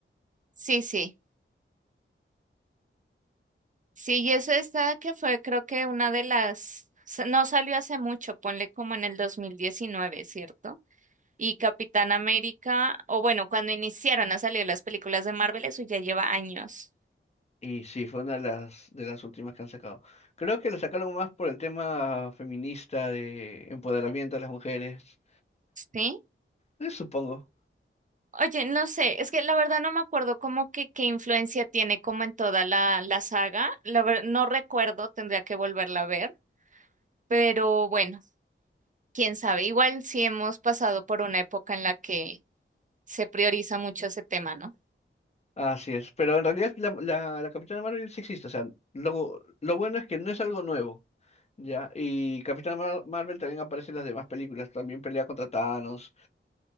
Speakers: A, on the right; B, on the left.
A: Sí, sí, sí, y eso está que fue creo que una de las, sa- no salió hace mucho, ponle como en el 2019, ¿cierto? Y Capitán América, o bueno, cuando iniciaron a salir las películas de Marvel, eso ya lleva años,
B: Y sí, fue una de las, de las últimas que han sacado. Creo que la sacaron más por el tema feminista de empoderamiento de las mujeres,
A: ¿sí?
B: eh, supongo.
A: Oye, no sé, es que la verdad no me acuerdo como que qué influencia tiene como en toda la, la saga, la ver- no recuerdo, tendría que volverla a ver. Pero bueno, Quién sabe, igual sí hemos pasado por una época en la que se prioriza mucho ese tema, ¿no?
B: Así es, pero en realidad la, la, la Capitana Marvel sí existe, o sea, lo, lo bueno es que no es algo nuevo, ¿ya? Y Capitana Mar- Marvel también aparece en las demás películas, también pelea contra Thanos